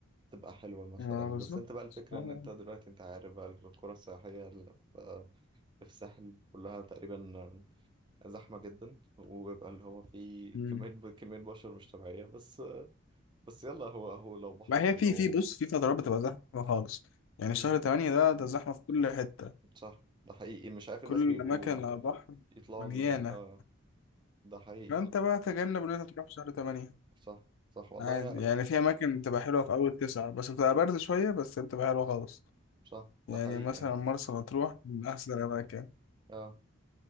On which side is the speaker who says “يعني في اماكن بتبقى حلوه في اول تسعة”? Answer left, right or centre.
Left